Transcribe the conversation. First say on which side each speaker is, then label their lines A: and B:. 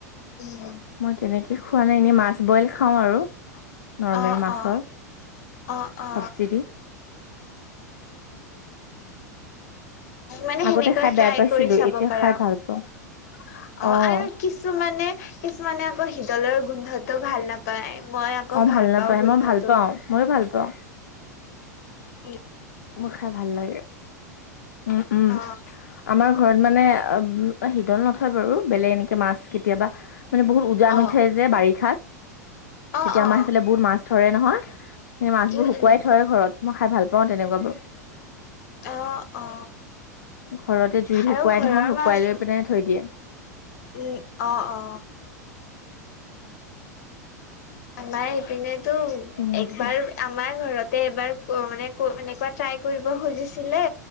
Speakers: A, on the left (about 60°); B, on the left (about 75°).
A: উম,
B: মই তেনেকে খোৱা নাই এনেই মাছ বইল খাওঁ আৰু নৰ্মেল
A: অ
B: মাছৰ
A: অ অ অ
B: চবজি দি
A: মানে সেনেকুৱা
B: আগতে খাই
A: ট্ৰাই
B: বেয়া পাইছিলো,
A: কৰি চাব
B: এতিয়া
A: পাৰা
B: খাই
A: অ,
B: ভাল পাওঁ। অ',
A: আৰু কিছুমানে কিছুমানে আকৌ শিদলৰ গোন্ধতটো ভাল নাপায় মই আকৌ
B: অ',
A: ভাল
B: নাপায়,
A: পাওঁ গোন্ধটো
B: মই ভাল পাওঁ, ময়ো ভাল পাওঁ।
A: হয় <unintelligible>
B: মোৰ খাই ভাল লাগে উম উম
A: অ
B: আমাৰ ঘৰত মানে অ, শিদল নথয় বাৰু বেলেগ এনেকে মাছ কেতিয়াবা মানে বহুত উজান
A: অ
B: উঠে যে বাৰিষাত
A: অ
B: তেতিয়া
A: অ
B: আমাৰ সেইফালে বহুত মাছ ধৰে নহয় সেই মাছবোৰ
A: উম
B: শুকুৱাই
A: উম
B: থয় ঘৰত মই খাই ভাল পাওঁ তেনেকুৱাবোৰো
A: অ অ
B: ঘৰতে জুইত
A: আৰু
B: শুকুৱাই
A: ঘৰৰ
B: নহয় শুকুৱাই
A: মাছ
B: লৈ পিনে থৈ দিয়ে
A: উম, অ, অ আমাৰ ইপিনেতো
B: তেনেকুৱা।
A: একবাৰ আমাৰ ঘৰতে এবাৰ মানে এনেকুৱা ট্ৰাই কৰিব খুজিছিলে